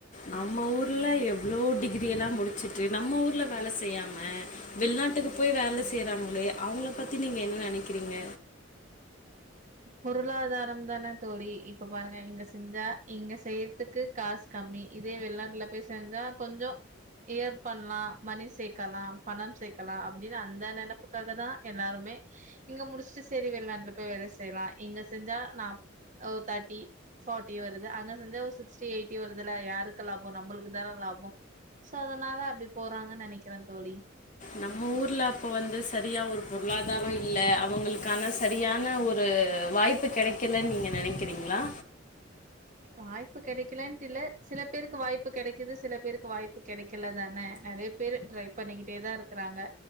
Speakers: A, on the left; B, on the right.
A: நம்ம ஊர்ல எவ்ளோ டிகிரி எல்லா முடிச்சுட்டு நம்ம ஊர்ல வேல செய்யாம வெளிநாட்டுக்கு போய் வேல செய்றாங்களே அவுங்கள பத்தி நீங்க என்ன நெனைக்கிறீங்க
B: பொருளாதாரம் தான தோழி இப்ப பாருங்க இங்க செஞ்சா இங்க செய்றதுக்கு காஸ் கம்மி இதே வெளிநாட்டுல போய் செஞ்சா கொஞ்சோ இயர் பண்லா மணி சேக்கலா பணம் சேக்கலா அப்டின்னு அந்த நெனப்புக்காக தா எல்லாருமே இங்க முடிச்சுட்டு செரி வெளிநாட்டுல போய் வேல செய்யலா இங்க செஞ்சா நா ஒரு தாட்டி ஃபாட்டி வருது அங்க செஞ்சா ஒரு சிக்ஸ்டி எயிட்டி வருதுல யாருக்கு லாபோ நம்மளுக்கு தான லாபோ சோ அதனால அப்டி போறாங்கனு நெனைக்கற தோழி
A: நம்ம ஊர்ல அப்ப வந்து சரியா ஒரு பொருளாதாரோ இல்ல அவங்களுக்கான சரியான ஒ து வாய்ப்பு கெடைக்கலன்னு நீங்க நெனைக்கிறீங்களா
B: வாய்ப்பு கெடைக்கலன்டு இல்ல சில பேருக்கு வாய்ப்பு கெடைக்குது சில பேருக்கு வாய்ப்பு கெடைக்கல தான நறைய பேரு ட்ரை பண்ணிக்கிட்டே தா இருக்கறாங்க